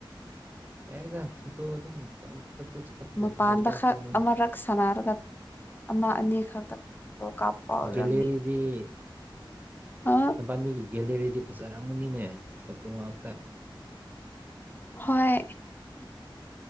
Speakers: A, on the right; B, on the left.
A: ꯌꯥꯏ ꯐꯣꯇꯣ ꯑꯗꯨꯝ <inaudible>
B: ꯃꯄꯥꯟꯗꯥ
A: ꯀꯥꯞꯄꯤ
B: ꯈꯛ
A: ꯅꯣꯏꯁꯦ
B: ꯑꯃꯔꯛ ꯁꯥꯟꯅꯔꯒ ꯑꯃ ꯑꯅꯤ ꯈꯛꯇ ꯐꯣꯇꯣ ꯀꯥꯞꯄ ꯑꯣꯏꯔꯝꯅꯤ꯫
A: ꯒꯦꯂꯦꯔꯤꯗꯤ
B: ꯑ
A: ꯅꯕꯥꯅꯤꯒꯤ ꯒꯦꯂꯦꯔꯤꯗꯤ ꯐꯖꯔꯝꯃꯅꯤꯅꯦ ꯐꯣꯇꯣ ꯉꯥꯛꯇ
B: ꯍꯣꯢ